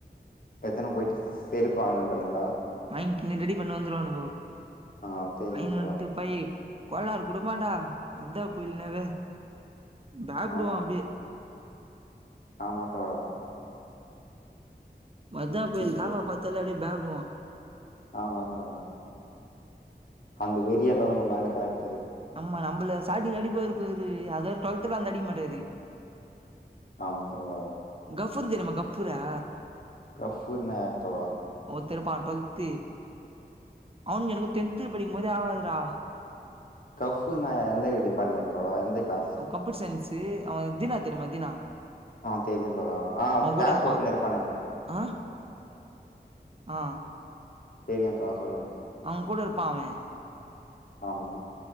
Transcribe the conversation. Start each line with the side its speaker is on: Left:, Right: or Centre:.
Left: எத்தனை போயிட்டு செருப்பு வாங்கினு வன்டானுங்களா
Right: வாங்கின்னு ரெடி பண்ணி வந்துருவானுங்கோ
Left: ஆ சரிங்க
Right: வாங்கினு
Left: தோழா
Right: வந்துட்டு பை கோளாறு கொடுப்பாண்டா அதா போலனவே பேப்டுவோ
Left: ஆமா
Right: அப்டியே
Left: மாத்தவாடா
Right: மதா கோயில்
Left: இப்ப
Right: தேவா பாத்தாலே அப்டியே பயபடுவான்
Left: ஆமா தோழா அந்த வெறியெல்லா உங்க மேல காட்டாகு
Right: ஆமா நம்ம நம்மள ஸ்டார்டிங்ல அடிப்பாரு பாரு அதாவது டுவெல்த்ல அந்த அடிக் மாட்டாரு
Left: ஆமா தோழா
Right: கஃபூர தெரிமா கப்பூரா
Left: கஃபூர்னா யார் தோழா
Right: ஒருத்தன் இருப்பான் டுவெல்த்து அவனுக்கு எனக்கு டென்த்து படிக்கும்போதே ஆவாதுடா
Left: கஃபூனா எந்த டிபார்ட்மெண்ட் தோழா எந்த கிளாஸ்
Right: அவ கம்ப்யூட்டர் சயின்ஸு அவுங் தீனா தெரிமா தீனா
Left: ஆ தெரியு தோழா ஆ
Right: அவுங்கூட
Left: கேப்
Right: இருப்பான்
Left: போட்டுன்னு இருப்பானே
Right: ஆ ஆ
Left: தெரியுன் தோழா சொல்லுங்க
Right: அவுங் கூட இருப்பான் அவன்
Left: ஆமா